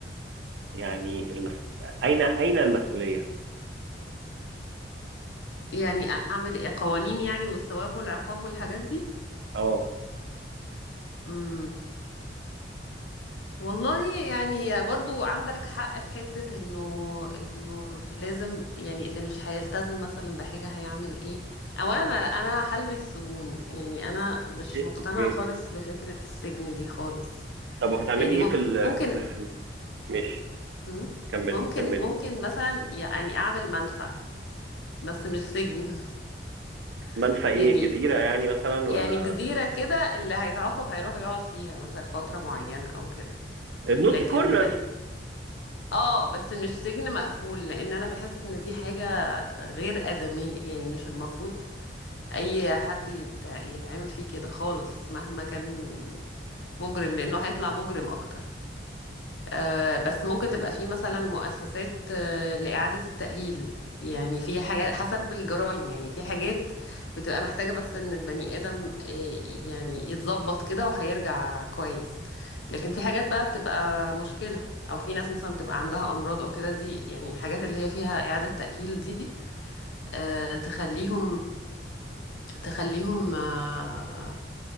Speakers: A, on the right; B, on the left.
A: يعني المس... اين اين المسؤولية
B: يعني اعمل ايه قوانين يعني والثواب والعقاب والحاجات دي
A: اه
B: امم والله يعني برضو عندك حق في حتة انه انه لازم يعني اللي مش هيلتزم مثلا بحاجة هيعمل ايه اولا انا أنا هلغي السجون يعني انا مش
A: إيه،
B: مقتنعة
A: اوكي
B: خالص بفكرة السجن دي خالص
A: طب وهتعملي
B: يعني مم-
A: ايه في ال...
B: ممكن
A: في... في... ماشي
B: مم.
A: كملي
B: ممكن
A: كملي
B: ممكن مثلا يعني اعمل منفى بس مش سجن
A: منفى
B: <laughs>
A: ايه
B: يعني
A: جزيرة يعني مثلا
B: يعني
A: ولا
B: جزيرة كده اللي هيتعاقب هيروح يقعد فيها مثلا فترة معينة او كده
A: النوتي
B: لكن
A: كورنر
B: اه بس مش سجن مقفول لان انا بحس ان دي حاجة غير آدمية يعني مش المفروض اي حد يتع... يتعامل فيه كده خالص مهما كان مجرم لانه هيطلع مجرم اكتر آه، بس ممكن تبقى في مثلا مؤسسات آه، لإعادة التأهيل يعني في حاجات حسب الجرائم يعني في حاجات بتبقى محتاجة بس إن البني آدم آه، يعني يتظبط كده وهيرجع كويس لكن في حاجات بقى بتبقى مشكلة أو في ناس مثلا بتبقى عندها أمراض أو كده دي يعني الحاجات اللي هي فيها إعادة تأهيل دي آه، تخليهم تخليهم آه،